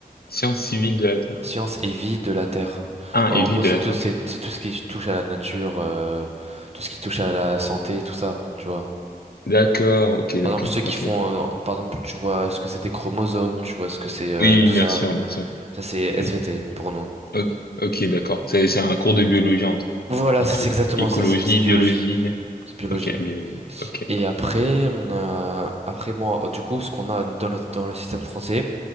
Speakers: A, on the left; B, on the right.
A: Sciences civiles de la Terre.
B: Science et vie de la Terre.
A: Ah,
B: En
A: et vie
B: gros,
A: de
B: c'est
A: la
B: tout,
A: Terre,
B: c'est
A: ok.
B: c'est tout ce qui touche à la nature, euh, tout ce qui touche à la santé, tout ça, tu vois.
A: D'accord, ok, d'accord,
B: Par exemple, ceux qui
A: ok.
B: font, euh, par exemple, tu vois ce que c'est des chromosomes, tu vois ce que c'est euh,
A: Oui,
B: tout
A: bien
B: ça.
A: sûr, bien sûr.
B: Ça, c'est SVT
A: Oui.
B: pour nous.
A: Ok, ok, d'accord. C'est c'est un cours de biologie, entre,
B: Voilà,
A: entre
B: c'est c'est
A: autres.
B: exactement
A: Écologie,
B: ça, c'est c'est biologie,
A: biologie.
B: c'est biologie.
A: Ok, biologie. Ok.
B: Et après, on a, après moi, euh, du coup, ce qu'on a dans le, dans le système français,